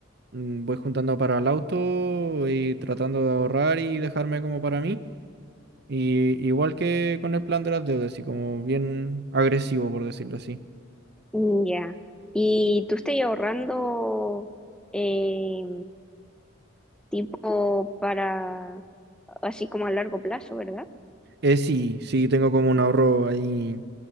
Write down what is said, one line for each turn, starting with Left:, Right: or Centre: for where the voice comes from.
Right: mm, voy juntando para el auto y tratando de ahorrar y dejarme como para mí. Y igual que con el plan de las deudas, así como bien agresivo, por decirlo así.
Centre: mm, ya. ¿Y tú estás ahorrando eh, tipo para, así como a largo plazo, ¿verdad?
Right: Eh, sí, sí, tengo como un ahorro ahí.